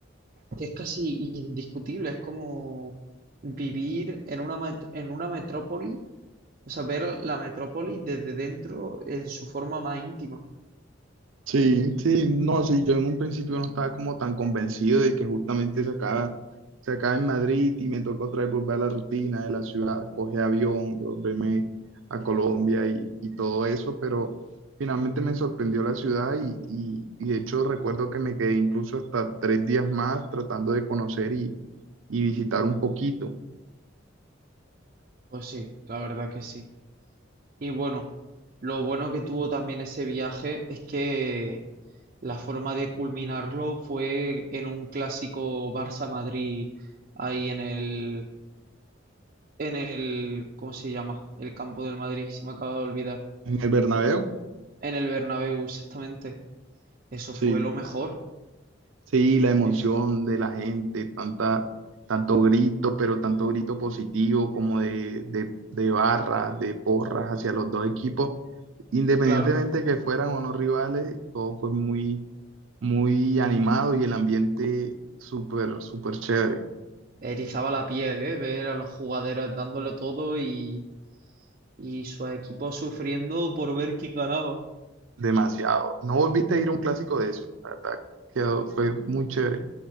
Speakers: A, on the right; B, on the right.
A: que es casi indiscutible, es como vivir en una, met- en una metrópoli, o sea, ver la metrópoli desde dentro en su forma más íntima.
B: Sí, sí, no, sí, yo en un principio no estaba como tan convencido de que justamente se acaba, se acaba en Madrid y me tocó otra vez volver a la rutina de la ciudad, coger avión, volverme a Colombia y, y todo eso, pero finalmente me sorprendió la ciudad y, y, y de hecho recuerdo que me quedé incluso hasta tres días más tratando de conocer y, y visitar un poquito.
A: Pues sí, la verdad que sí. Y bueno, lo bueno que tuvo también ese viaje es que La forma de culminarlo fue en un clásico Barça-Madrid, ahí en el, en el, ¿cómo se llama? El campo del Madrid, se me acaba de olvidar.
B: En el Bernabéu,
A: En el Bernabéu, exactamente. Eso
B: sí.
A: fue lo mejor.
B: Sí, la emoción
A: Eso fue-
B: de la gente, tanta, tanto grito, pero tanto grito positivo como de, de, de barras, de porras hacia los dos equipos, independientemente
A: claro,
B: que fueran o no rivales, todo fue muy, muy animado y el ambiente súper, súper chévere,
A: erizaba la piel, ¿eh? Ver a los jugadores dándole todo y, y su equipo sufriendo por ver quién ganaba.
B: demasiado. No volviste a ir a un clásico de eso, la verdad, quedó, fue muy chévere.